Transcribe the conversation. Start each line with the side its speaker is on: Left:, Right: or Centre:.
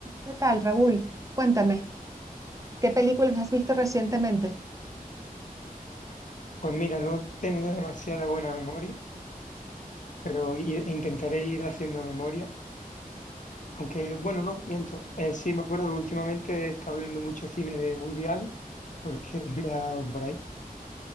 Right: ¿Qué tal, Raúl? Cuéntame, ¿qué películas has visto recientemente?
Left: Pues mira, no tengo demasiada buena memoria, pero ir- intentaré ir haciendo memoria. Aunque, bueno, no, miento. Eh, sí, me acuerdo que últimamente he estado viendo mucho cine de Woody Allen, porque <laughs> me ha dado por ahí,